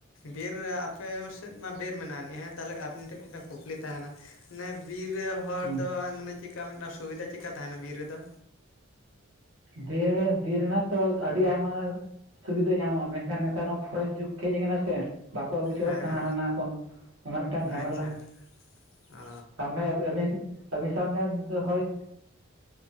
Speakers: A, on the left (about 65°); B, on the right (about 80°).
A: ᱵᱤᱨ ᱟᱯᱮ ᱥᱮᱫ ᱢᱟ ᱵᱤᱨ ᱢᱮᱱᱟᱜᱼᱟ, ᱱᱤᱦᱟᱹᱛ ᱛᱟᱦᱞᱮ ᱟᱹᱵᱤᱱ ᱴᱷᱮᱱ ᱢᱤᱫᱴᱮᱱ ᱠᱩᱠᱞᱤ ᱛᱟᱦᱮᱸᱱᱟᱼᱼ ᱱᱮ ᱵᱤᱨ ᱨᱮ ᱦᱚᱫ
B: ᱦᱩᱸ
A: ᱫᱚ ᱢᱟᱱᱮ ᱪᱮᱜ ᱠᱟ ᱢᱤᱜᱴᱟᱝ ᱥᱩᱵᱤᱫᱟ ᱪᱮᱜ ᱠᱟ ᱛᱟᱦᱮᱱᱟ ᱵᱤᱨ ᱨᱮᱫᱚ?
B: ᱫᱮ ᱵᱤᱨ ᱱᱟᱜ ᱛᱚ ᱟᱹᱰᱤ ᱟᱭᱢᱟ ᱥᱩᱵᱤᱫᱟ ᱧᱟᱢᱚᱜᱼᱟ, ᱢᱮᱱ ᱠᱷᱟᱱ ᱱᱮᱛᱟᱨ ᱦᱚᱸ ᱯᱷᱨᱚ ᱡᱩᱜᱽ ᱠᱷᱮᱡ ᱠᱟᱱᱟ ᱥᱮ ᱵᱟᱠᱚ ᱟᱜᱩ ᱪᱚᱣᱟᱜ
A: ᱦᱮᱸ
B: ᱠᱟᱱᱟ ᱦᱟᱱᱟ ᱱᱟ ᱠᱚ, ᱚᱱᱟ ᱢᱤᱜᱴᱟᱝ ᱡᱷᱟᱢᱮᱞᱟ᱾
A: ᱟᱪᱪᱷᱟ ᱚ
B: ᱥᱟᱵᱢᱮ ᱟᱵᱤ-ᱟᱵᱤᱱ, ᱟᱵᱤ ᱥᱟᱵᱢᱮ ᱫᱚ ᱦᱚᱭ